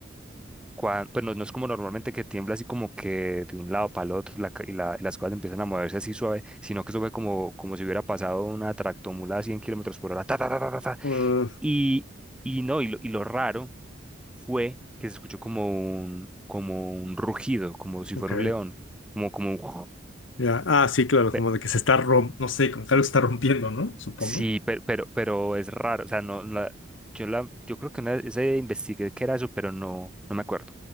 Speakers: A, in the centre; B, on the left.
A: cuan- pues no, no es como normalmente que tiembla así como que de un lado para el otro la ca- y, la- y las cosas empiezan a moverse así suave, sino que eso fue como, como si hubiera pasado una tractomula a 100 kilómetros por hora. ta, ta, ta, ta, ta, ta.
B: Ah,
A: Y, y no, y lo, y lo raro fue que se escuchó como un, como un rugido, como si
B: ok,
A: fuera un león, como, como un...
B: ya. Ah, sí, claro,
A: pe-
B: como de que se está rompiendo, no sé, como que algo se está rompiendo, ¿no? Supongo.
A: sí, pero, pero, pero es raro, o sea, no, la- yo, la, yo creo que una vez eh, investigué qué era eso, pero no, no me acuerdo,